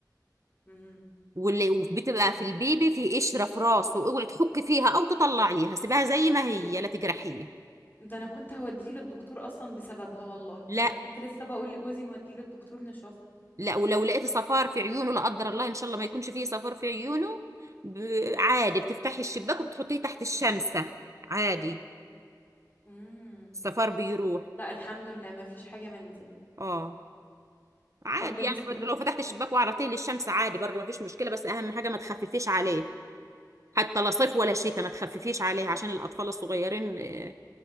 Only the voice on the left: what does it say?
امم
ده انا كنت هوديه للدكتور اصلا بسببها والله
ده انا كنت لسه بقول لجوزي نوديه للدكتور نشوفها
امم
لا الحمد لله ما فيش حاجة من دي
طب بالنسبة